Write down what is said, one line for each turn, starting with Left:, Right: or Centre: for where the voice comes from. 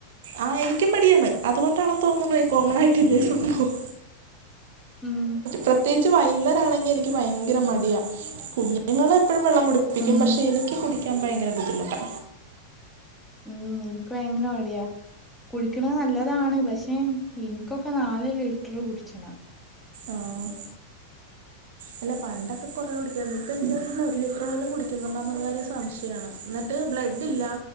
Right: ആഹ് എനിക്കും മടിയാണ് അത്കൊണ്ടാണെന്ന് തോന്ന്ന്നല്ലേ കോമണായിട്ട് ഇതേ സംഭവം
Centre: ഉം
Right: പ്രത്യേകിച്ച് വൈകുന്നേരാണെങ്കി എനിക്ക് ഭയങ്കര മടിയാ കുഞ് ങ്ങളെപ്പഴും വെള്ളം കുടിപ്പിക്കും
Centre: ഉം
Right: പക്ഷെ എനിക്ക് കുടിക്കാൻ ഭയങ്കര ബുദ്ധിമുട്ടാ.
Centre: ഉം ഇൻക് വയങ്കര മട്യാ. കുടിക്ക്ണെ നല്ലതാണ് പക്ഷേ ഇൻക്കൊക്കെ നാല് ലിറ്ററ് കുട്ച്ചണം.
Right: ആഹ് അല്ലെ പണ്ടൊക്കെ കൊറെ കുടിക്കാര്ന്ന് ഇപ്പൊ എന്താ <unintelligible> ഒര് ലിറ്റർ പോലും കുടിക്ക്ന്ന്ണ്ടോന്ന്ള്ളൊരു സംശയാണ്. ന്നട്ട് ബ്ലഡില്ല